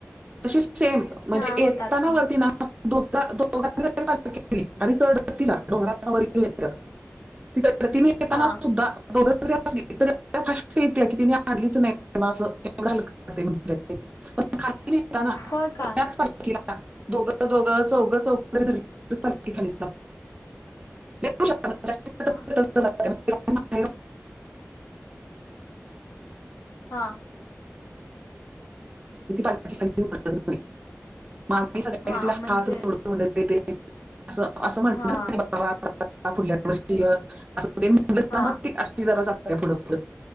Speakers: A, on the right; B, on the left.
A: तशी सेम म्हणजे
B: हा
A: येताना
B: होतात की
A: वरती नाही दघां केली आणि चढ तिला ोघां वात तिथतीनेी येताना
B: हा
A: सुद्धा दोघं तरी असली तर फष्ट येते की तिने आणलीच नाही असं एवढं ह म्हण
B: होय
A: <unintelligible>
B: का
A: <unintelligible> दोघ दोघ चौघ <inaudible> चौ खाली लू शक
B: हा
A: त खाली
B: हा
A: नाही मामी सगळ्यांनी
B: हा
A: तिला
B: म्हणजे
A: हात झोडून वगेते असं असं म्हणत
B: हा
A: बा बा पुुढल्या वोषी अस
B: हा
A: मग अशी जरागढं